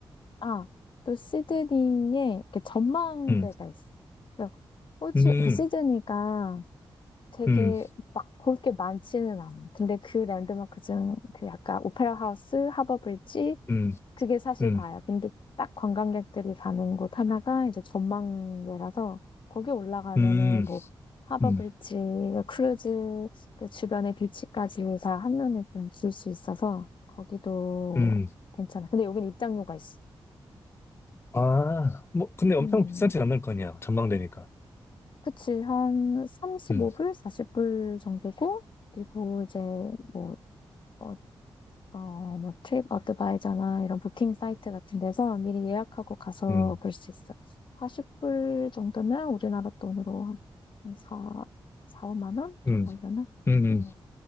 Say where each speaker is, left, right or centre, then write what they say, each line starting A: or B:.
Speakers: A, on the left; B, on the left.
A: 아, 또 시드니에 이렇게 전망대가
B: 음,
A: 있어. 그래서 호주,
B: 음,
A: 그 시드니가 되게
B: 음,
A: 막 볼 게 많지는 않아. 근데 그 랜드마크 중 그 약간 오페라 하우스, 하버 브릿지
B: 음,
A: 그게 사실
B: 음,
A: 다야. 근데 딱 관광객들이 가는 곳 하나가 이제 전망대라서 거기 올라가면은
B: 음,
A: 뭐 하버
B: 음,
A: 브릿지, 크루즈 그 주변의 뷰치까지 다 한눈에 좀 볼 수 있어서 거기도
B: 음.
A: 괜찮아. 근데 여긴 입장료가 있어.
B: 아, 뭐, 근데 엄청
A: 음.
B: 비싸진 않을 거 아니야. 전망대니까.
A: 그치, 한 35불,
B: 음,
A: 40불 정도고, 그리고 이제 뭐, 어, 어, 뭐, 트립 어드바이저나 이런 부킹 사이트 같은 데서 미리 예약하고 가서
B: 음,
A: 볼 수 있어. 40불 정도면 우리나라 돈으로 한 4, 4, 5만 원 정도
B: 음,
A: 하려나?
B: 음, 음.
A: 음,